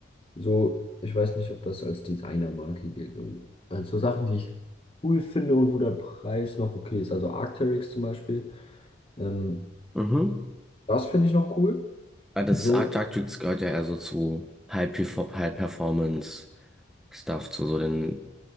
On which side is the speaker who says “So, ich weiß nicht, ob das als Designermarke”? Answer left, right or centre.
Left